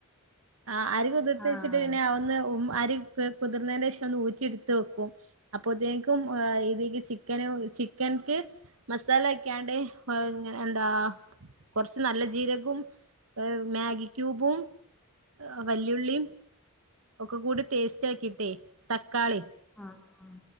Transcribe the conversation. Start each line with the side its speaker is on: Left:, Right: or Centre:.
Right: ആ അരി കുതിർത്ത
Centre: ആഹ്
Right: പിന്നെ ഒന്ന് അരി കുതിർന്നതിന്റെ ശേഷം ഒന്ന് ഊറ്റി എടുത്ത് വെക്കും അപ്പൊ ഇതില് ചിക്കന് ചിക്കൻക്ക് മസാല വെക്കാണ്ട് എന്താ കുറച്ച് നല്ല ജീരകവും മാഗി ക്യൂബും വല്യുള്ളിയും ഒക്കെ കൂടി പേസ്റ്റ് ആക്കിയിട്ടേ തക്കാളി
Centre: ആഹ ആഹ